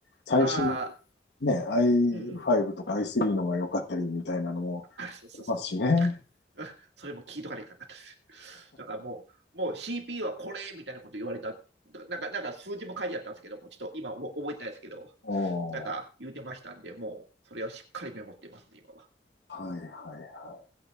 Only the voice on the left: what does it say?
最新、
ね、i5
とか i3 の方が良かったりみたいなのもありますしね。
お
はいはい。